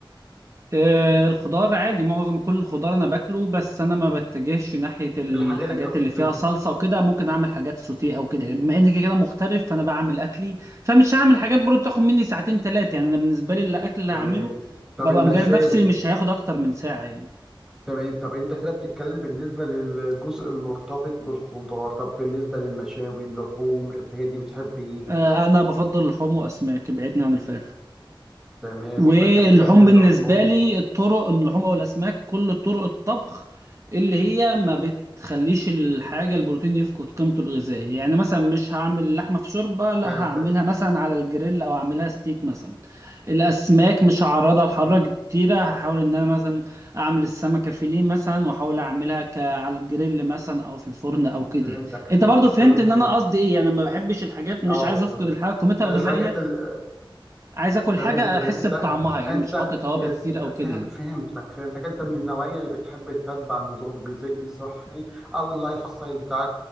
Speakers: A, on the right; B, in the centre.
A: آه، الخضار عادي معظم كل الخضار انا باكله بس انا ما بتجهش ناحيه الحاجات
B: الحاجه اللي انت
A: اللي فيها
B: ال-
A: صلصه وكده ممكن اعمل حاجات سوتيه او كده يعني بما اني كده كده مغترب فانا بعمل اكلي فمش هعمل حاجات برضه تاخد مني ساعتين ثلاثه يعني انا بالنسبه لي الاكل اللي
B: تمام
A: هعمله
B: طب
A: ببقى
B: المشاوي
A: مجهز نفسي مش هياخد اكتر من ساعه يعني
B: تمام طب انت كده بتتكلم بالنسبه للجزء المرتبط بالخضار طب بالنسبه للمشاوي اللحوم الحاجات دي بتحب ايه
A: آه، انا بفضل اللحوم واسماك بعيدني عن الفراخ
B: تمام
A: واللحوم
B: يبقى انت بتحب اللحوم
A: بالنسبة لي الطرق اللحوم أو الأسماك كل طرق الطبخ اللي هي ما بتخليش الحاجة البروتين يفقد قيمته الغذائية يعني مثلا مش هعمل لحمة في شوربة لا
B: فهمتك
A: هعملها مثلا على الجريل أو أعملها ستيك مثلا الأسماك مش هعرضها لحرارة
B: فهمتك
A: كتيرة هحاول إن أنا مثلا أعمل السمكة فيليه مثلا وأحاول أعملها ك- على الجريل مثلا أو في الفرن أو كده
B: فهمتك
A: أنت
B: فهمتك
A: برضو فهمت
B: تمام
A: إن
B: حلو
A: أنا قصدي إيه يعني ما بحبش الحاجات مش
B: اه
A: عايز
B: فهمت
A: أفقد الحاجة قيمتها
B: الحاجات
A: الغذائية
B: ال-
A: عايز اكل
B: تمام
A: حاجه
B: تمام
A: احس
B: انت
A: بطعمها يعني
B: انت
A: مش احط توابل
B: يس
A: كتير او كده
B: فهم
A: يعني
B: فهمتك فهمتك انت من النوعيه اللي بتحب تتبع نظام غذائي صحي او اللايف ستايل بتاعك